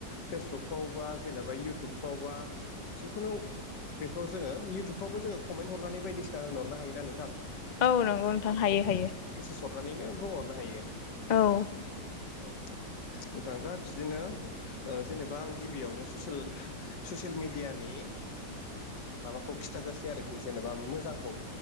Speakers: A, on the left; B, on the left.
A: फेसबुकफ्रावबा जेनेबा इउटुबफ्रावबा जिखुनु बेफोराव जोङो इउटुबफ्रावबो जोङो कमेन्ट हरनानै बायदिसिना होनोहरनो हायो ना नोंथां
B: औ नंगौ नोंथां हायो हायो
A: मेसेस हरनानैनो बुंहरनो हायो
B: औ
A: अ नोंथां दा बिदिनो ओ जेनेबा आं गिबियावनो ससेल ससियेल मिडियानि माबाखौ खिथागोरसै आरोखि जेनेबा मोजांखौ